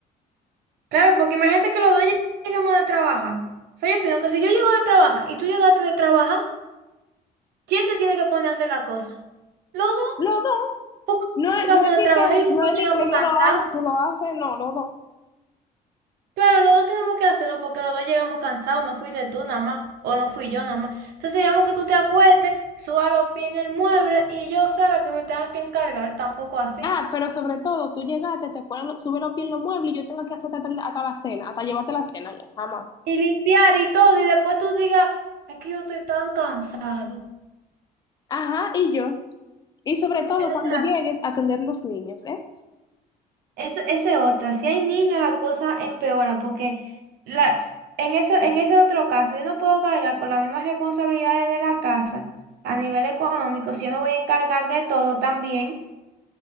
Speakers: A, on the right (about 75°); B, on the left (about 25°).
A: Claro, porque imagínate que los dos lleg- lleguemos de trabajar. O sea, yo opino que si yo llego de trabajar y tú llegaste de trabajar, ¿quién se tiene que poner a hacer la cosa? Los dos.
B: Los dos.
A: Porque
B: No,
A: llegamos
B: no es de
A: de trabajar
B: que,
A: y los
B: no
A: dos
B: es
A: llegamos
B: de que
A: cansados.
B: yo lo hago, tú lo haces, no, los dos.
A: Claro, los dos tenemos que hacerlo porque los dos llegamos cansados. No fuiste tú nada más, o no fui yo nada más. Entonces, digamos que tú te acuestes, suba los pies en el mueble y yo sea la que me tenga que encargar, tampoco así.
B: Ah, pero sobre todo, tú llegaste, te pones, lo- subes los pies en los muebles y yo tengo que hacerte hasta, hasta la cena, hasta llevarte la cena ya, jamás.
A: Y limpiar y todo, y después tú digas, es que yo estoy tan cansado.
B: Ajá, y yo. Y sobre todo
A: Exacto.
B: cuando llegues, a atender los niños, ¿eh?
A: Eso, ese otra, si hay niños la cosa empeora porque la, en ese, en ese otro caso yo no puedo cargar con las mismas responsabilidades de la casa a nivel económico, si yo me voy a encargar de todo también